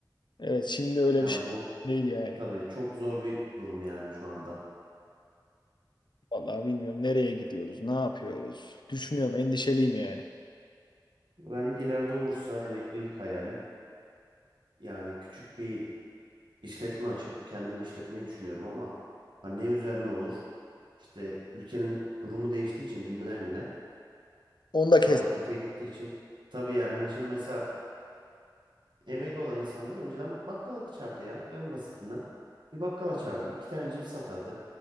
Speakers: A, on the left; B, on the right.
A: Evet, şimdi öyle
B: Yani
A: bir şey
B: bu
A: değil yani.
B: tabii çok zor bir durum yani şu anda.
A: Vallahi bilmiyorum nereye gidiyoruz, ne yapıyoruz. Düşünüyorum, endişeliyim yani.
B: Ben ileride olursa emeklilik hayalim yani küçük bir işletme açıp kendim işletmeyi düşünüyorum ama hani ne üzerine olur? İşte ülkenin durumu değiştiği için günden güne
A: Onu da kes-
B: daha da kötüye gittiği için tabii yani hani şimdi mesela emekli olan insanlar önceden bakkal açardı ya en basitinden. Bir bakkal açardı, iki tane cips satardı,